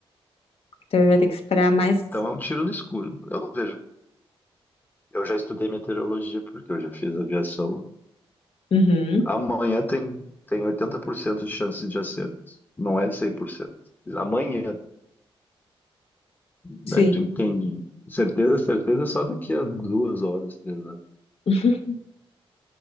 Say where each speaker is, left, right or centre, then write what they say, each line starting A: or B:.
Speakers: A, on the left; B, on the left.
A: Então vai ter que esperar mais.
B: Então é um tiro no escuro. Eu não vejo. Eu já estudei meteorologia, porque eu já fiz aviação.
A: Uhum,
B: Amanhã tem, tem 80% de chance de acerto. Não é 100%. Amanhã. Daí
A: sim.
B: tu entende. Certeza, certeza, é só daqui a duas horas, três horas.
A: <laughs>